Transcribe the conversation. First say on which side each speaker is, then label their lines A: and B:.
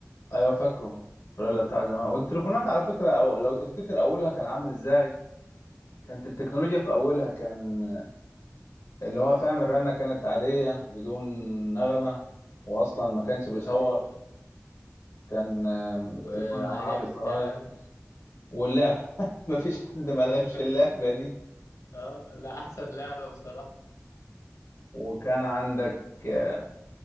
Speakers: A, on the left; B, on the left.
A: ايوه فاكره الفريلا بتاع زمان والتليفونات على فكره أو لو تفتكر اولها كان عامل ازاي كانت التكنولوجيا في اولها كان اللي هو فاهم الرنه كانت عاديه بدون نغمه واصلا ما كانش بيصور
B: ايوه أيوة.
A: كان آم، التليفون
B: وعلى
A: اللي هو عادي
B: لعبة
A: بزراير
B: التعبان
A: واللعب <laughs> ما فيش حد ما
B: <laughs>
A: لعبش اللعبه دي
B: اه لا احسن لعبة بصراحة
A: وكان عندك آه،